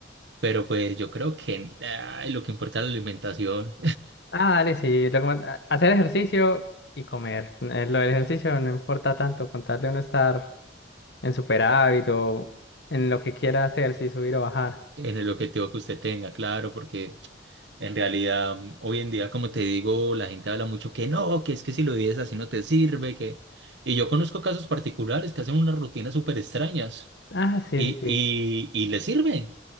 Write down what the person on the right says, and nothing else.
Pero pues yo creo que ay, lo que importa es la alimentación
<laughs> en el objetivo que usted tenga, claro, porque en realidad mm, hoy en día, como te digo, la gente habla mucho que no, que es que si lo vives así no te sirve, que... Y yo conozco casos particulares que hacen unas rutinas súper extrañas.
y,
y, y le sirve.